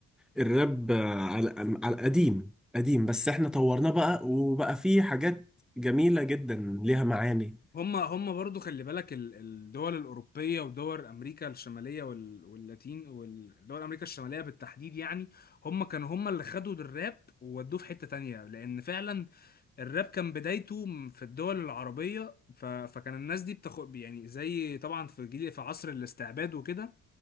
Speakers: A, in the centre; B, on the left.
A: الراب آه، على على قديم قديم بس احنا طورناه بقى وبقى فيه حاجات جميلة جدا ليها معاني
B: هم هم برضو خلي بالك ال- الدول الاوروبيه ودول امريكا الشماليه وال- واللاتين والدول امريكا الشماليه بالتحديد يعني هم كانوا هم اللي خدوا الراب وودوه في حته تانية لان فعلا الراب كان بدايته م- في الدول العربيه ف... فكان الناس دي بتاخد يعني زي طبعا في جيل في عصر الاستعباد وكده